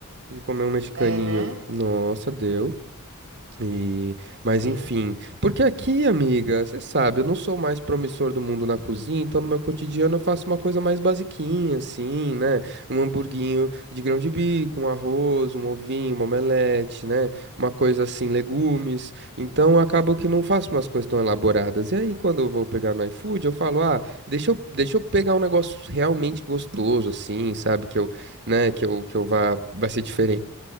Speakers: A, on the right; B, on the right.
A: De comer um mexicaninho.
B: É, né?
A: Nossa, deu. E,
B: Sim.
A: mas enfim, porque aqui, amiga, você sabe, eu não sou o mais promissor do mundo na cozinha, então no meu cotidiano eu faço uma coisa mais basiquinha, assim, né? Um hamburguinho de grão de bico, um arroz, um ovinho, uma omelete, né? Uma coisa assim, legumes. Então acabo que não faço umas coisas tão elaboradas. E aí, quando eu vou pegar no iFood, eu falo, ah, deixa eu, deixa eu pegar um negócio realmente gostoso, assim, sabe? Que eu, né, que eu, que eu vá, vai ser diferente